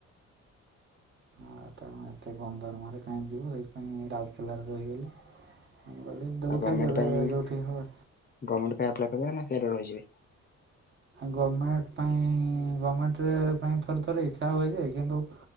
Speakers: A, on the right; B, on the left.
A: ଆଁ ତେଣୁ ଏତେ କମ ଦରମାରେ କାହିଁ ଯିବୁ ସେଇଥିପାଇଁ ରାଉରକେଲାରେ ରହିଗଲି। ମୁଁ କହିଲି ଦଉଥାଏ
B: ଆଉ ଗମେଣ୍ଟ
A: ଯେବେ
B: ପାଇଁ
A: ଯୋଉଠି ହବ
B: ଗମେଣ୍ଟ ପାଇଁ ଆପ୍ଲାଏ କରିବ ନା ସେ ରହିଯିବେ।
A: ଗମେଣ୍ଟ ତାଙ୍କ ଉଁ ଗମେଣ୍ଟ ପାଇଁ ଥରେ ଥରେ ଇଚ୍ଛା ହୁଏ ଯେ କିନ୍ତୁ